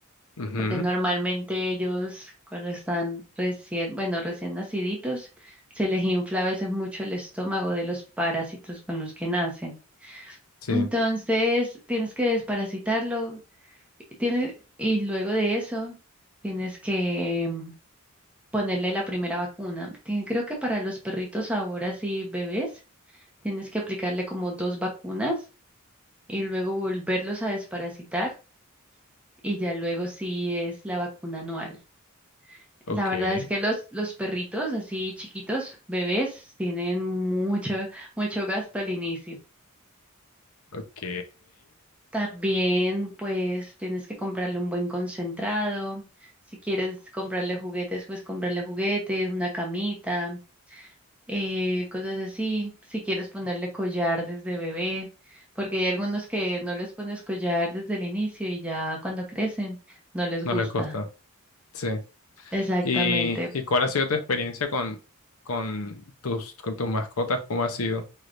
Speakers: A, on the left; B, in the centre.
A: ujú,
B: porque normalmente ellos cuando están recién, bueno, recién naciditos, se les infla a veces mucho el estómago de los parásitos con los que nacen.
A: sí,
B: Entonces, tienes que desparasitarlo, tiene- y luego de eso, tienes que mm, ponerle la primera vacuna. Ti- Creo que para los perritos ahora sí bebés, tienes que aplicarle como dos vacunas y luego volverlos a desparasitar y ya luego sí es la vacuna anual.
A: ok.
B: La verdad es que los, los perritos así chiquitos, bebés, tienen mucho, mucho gasto al inicio.
A: Ok,
B: También, pues, tienes que comprarle un buen concentrado. Si quieres comprarle juguetes, pues comprarle juguetes, una camita, eh, cosas así. Si quieres ponerle collar desde bebé, porque hay algunos que no les pones collar desde el inicio y ya cuando crecen no les
A: no
B: gusta.
A: les costa. Sí.
B: Exactamente.
A: ¿Y, y cuál ha sido tu experiencia con, con tus, con tus mascotas? ¿Cómo ha sido?